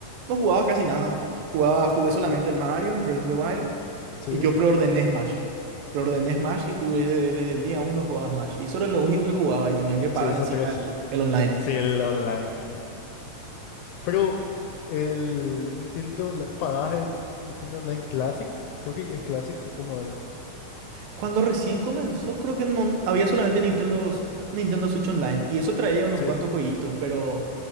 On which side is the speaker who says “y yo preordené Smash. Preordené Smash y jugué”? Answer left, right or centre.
Right